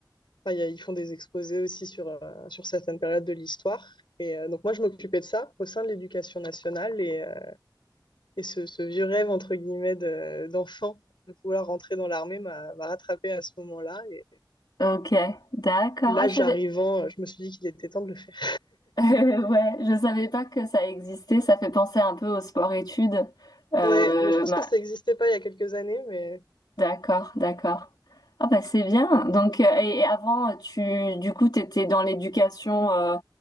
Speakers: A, on the left; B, on the left.
A: Enfin, y a- ils font des exposés aussi sur, euh, sur certaines périodes de l'histoire. Et euh, donc moi, je m'occupais de ça au sein de l'éducation nationale. Et, euh, et ce, ce vieux rêve, entre guillemets, de- d'enfant de vouloir rentrer dans l'armée m'a m'a rattrapé à ce moment-là. Et
B: Ok, d'accord.
A: l'âge
B: Ah, je savais,
A: arrivant, euh, je me suis dit qu'il était temps de le faire.
B: <laughs> Euh, ouais, je savais pas que ça existait. Ça fait penser un peu au sport-études. Euh,
A: Ouais, mais je pense
B: bah,
A: que ça n'existait pas il y a quelques années. Mais
B: d'accord, d'accord. Ah bah c'est bien. Donc euh, et, et avant, tu, du coup, t'étais dans l'éducation. Euh,